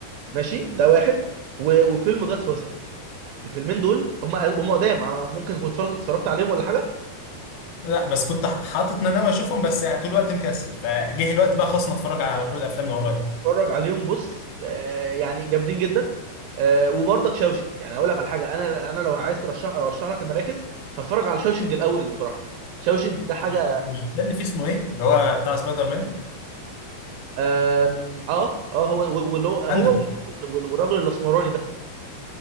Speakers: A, on the right; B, on the left.
A: ماشي ده واحد و- وفيلم جاد فازر الفيلمين دول هم هم قدام انا ممكن كنت اتفرجت اتفرجت عليهم ولا حاجه
B: لا بس كنت حاطط إن انا ناوي اشوفهم بس يعني طول الوقت مكسل فجه الوقت بقى خلاص أنا اتفرج على كل الافلام اللي ورايا
A: اتفرج عليهم بص آه، يعني جامدين جدا آه، وبرضك شوشك يعني اقول لك على حاجه انا انا لو عايز ترشح ارشح لك المراكز فاتفرج على شوشنج الاول بصراحه شوشنج ده حاجه
B: مش مش ده اللي فيه اسمه ايه؟ اللي هو بتاع سبايدر مان
A: آم، اه اه هو واللي هو هو
B: اندرو
A: واللي هو- والراجل الاسمراني ده